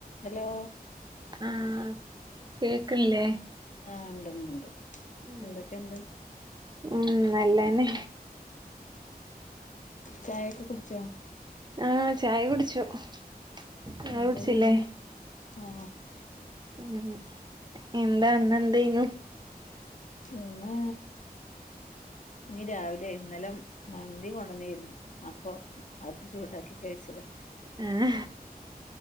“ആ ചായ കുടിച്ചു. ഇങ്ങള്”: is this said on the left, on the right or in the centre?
Right